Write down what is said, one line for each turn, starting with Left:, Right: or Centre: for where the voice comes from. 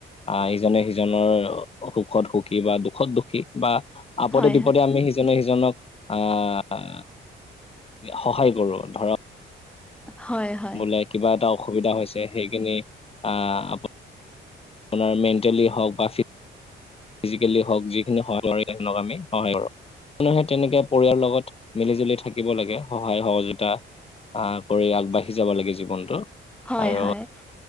Left: আহ ইজনে সিজনৰ সুখত সুখী বা দুখত দুখী বা আপদে
Centre: হয়
Left: বিপদে
Centre: হয়
Left: আমি সি ইজনে-সিজনক আহ সহায় কৰো, ধৰক
Centre: হয়-হয়।
Left: বোলে কিবা এটা অসুবিধা হৈছে সেইখিনি আহ আপোনাৰ মেণ্টেলি হওক বা ফি ফিজিকেলি হওক যিখিনি সহায় কৰে <unintelligible> আমি সহায় কৰো। মানুহে তেনেকে পৰিয়ালৰ লগত মিলি জুলি থাক থাকিব লাগে সহায় সহযোগিতা আহ কৰি আগবাঢ়ি যাব লাগে জীৱনটো।
Centre: হয়-হয়।
Left: আৰু